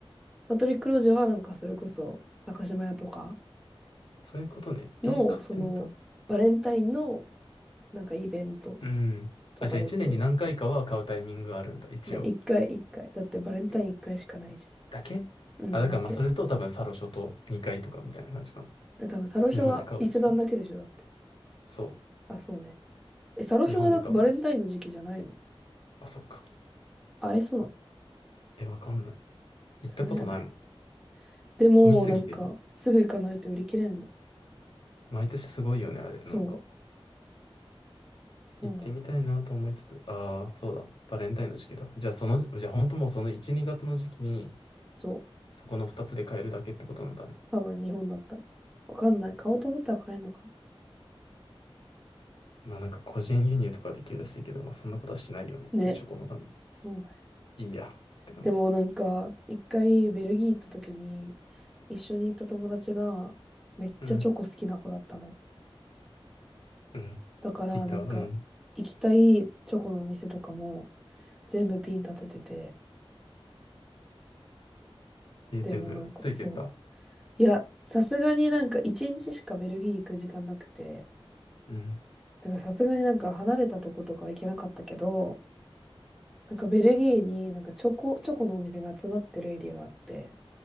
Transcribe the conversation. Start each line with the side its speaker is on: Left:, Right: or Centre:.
Centre: パトリック・ロジェはなんかそれこそ、高島屋とか
Left: そういうことね。
Centre: の、
Left: えー買ってみた
Centre: その、バレンタインのなんかイベント
Left: うん。
Centre: とかで売ってる。
Left: あ、じゃあ1年に何回かは買うタイミングがあるんだ、一応。
Centre: いや、一回一回。だってバレンタイン一回しかないじゃん。
Left: えだけあ、
Centre: うん、
Left: だからまあそれと多分サロショと2回とかみたいな感じかな。
Centre: だっけ。え、多分、サロショは伊勢丹だけでしょ、
Left: 日本で買うとしたら。
Centre: だって。
Left: そ
Centre: あ、そうね。え、サロショはだってバレンタインの時期じゃないの
Left: う。日本で買うんだ。あ、そっか。
Centre: あ、え、そうなの
Left: え、わかんない。行ったことないもん。
Centre: そうじゃないです。でも、
Left: 混みすぎてて。
Centre: なんか、すぐ行かないと売り切れんの。
Left: 毎年すごいよね、あれ。
Centre: そう。
Left: なんか。
Centre: そうなの。
Left: 行ってみたいなと思いつつ、ああ、そうだ、バレンタインの時期だ。じゃあ、その、じゃあ、本当もうその1、2月の時期に、
Centre: そう。
Left: そこの2つで買えるだけってことなんだね。
Centre: 多分、日本だったらね。わかんない。買おうと思ったら買えんのかな。
Left: まあ、なんか個人輸入とかできるらしいけど、まあ、そんなことはしないよねっていうチョコのために。
Centre: ね。そうだよね。
Left: いいや、って感じ。
Centre: でも、なんか、一回ベルギー行った時に、一緒に行った友達が、めっちゃチョコ好きな子だったの。
Left: うん、うん。
Centre: だからなんか行きたいチョコのお店とかも
Left: 聞いた、うん。
Centre: 全部ピン立ててて、
Left: えー全部ついてった。
Centre: でもなんかそう。いや、さすがになんか一日しかベルギー行く時間なくて、
Left: うん。
Centre: だからさすがになんか離れたとことか行けなかったけど、なんかベルギーになんかチョコ、チョコのお店が集まってるエリアがあって、